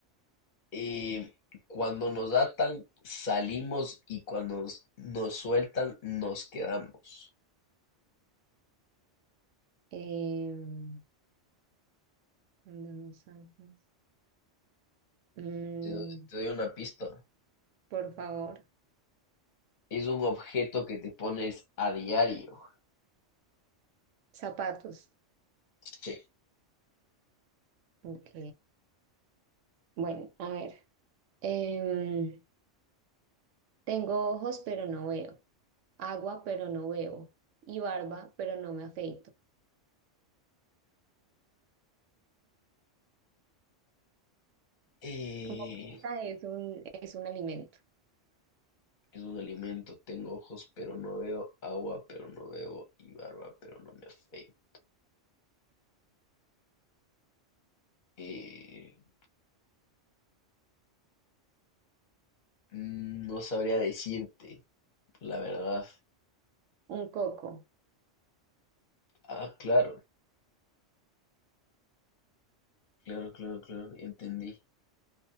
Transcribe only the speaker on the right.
Em, cuando no sacas. Mm,
por favor.
Zapatos.
Ok. Bueno, a ver. Em, tengo ojos, pero no veo. Agua, pero no bebo. Y barba, pero no me afeito.
Como pista es un, es un alimento.
Un coco.